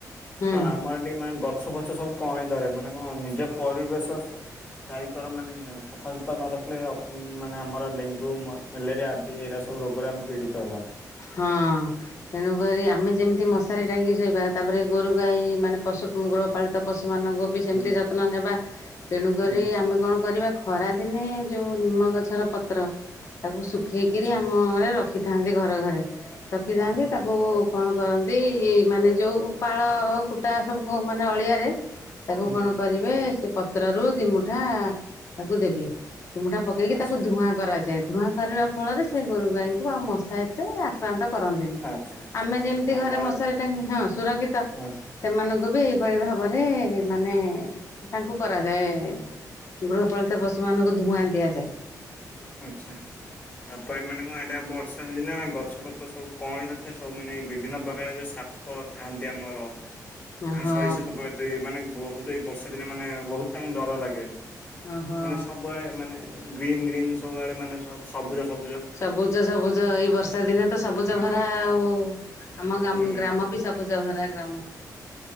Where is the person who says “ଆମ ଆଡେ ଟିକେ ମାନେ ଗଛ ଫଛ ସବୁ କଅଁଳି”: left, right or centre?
Left